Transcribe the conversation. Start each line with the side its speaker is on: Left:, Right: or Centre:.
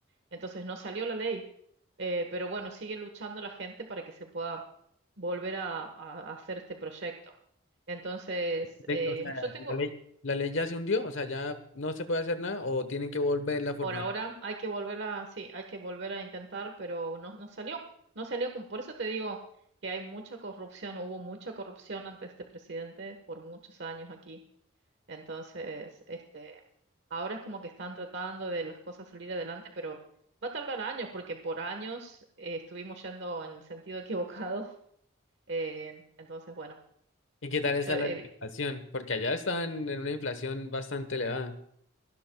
Right: Entonces, no salió la ley. Eh, pero bueno, sigue luchando la gente para que se pueda volver a, a hacer este proyecto. Entonces,
Left: de-
Right: eh,
Left: o sea,
Right: yo tengo,
Left: ¿y la ley, la ley ya se hundió, o sea, ya no se puede hacer nada o tienen que volver la fórmula.
Right: por ahora, hay que volver a, sí, hay que volver a intentar, pero no, no salió. No salió, como- por eso te digo que hay mucha corrupción, hubo mucha corrupción ante este presidente por muchos años aquí. Entonces, este, ahora es como que están tratando de las cosas salir adelante, pero va a tardar años porque por años eh, estuvimos yendo en el sentido equivocado. <laughs> Eh, entonces, bueno,
Left: ¿Y qué tal está
Right: yo, eh,
Left: la inflación? Porque allá están en una inflación bastante elevada.